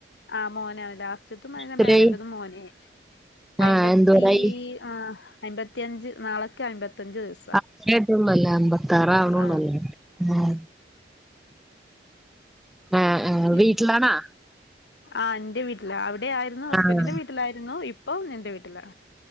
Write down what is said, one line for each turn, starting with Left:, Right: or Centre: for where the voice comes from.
Left: ആഹ് മോനാണ് ലാസ്റ്റിത്തും അതിന്റെ
Centre: എത്രയായി
Left: മേലല്ലതും മോന്
Centre: ആ
Left: അയ്മ്പത്തി
Centre: എന്തോരായി
Left: ആഹ് അയ്മ്പത്തിയഞ്ച് നാളക്ക് അയ്മ്പത്തിഞ്ച് ദിവസം
Centre: അത്രയട്ടൊന്നുല്ല അമ്പത്താറാവണൊള്ളു
Left: ആ
Centre: ഉം ആഹ് ആഹ്
Left: എ
Centre: വീട്ടിലാണാ
Left: ആഹ് എന്റെ വീട്ടില അവിടെ ആയിരുന്നു ഹസ്ബൻഡിന്റെ
Centre: ആഹ്
Left: വീ ട്ടിലായിരുന്നു ഇപ്പം എന്റെ വീട്ടിലാ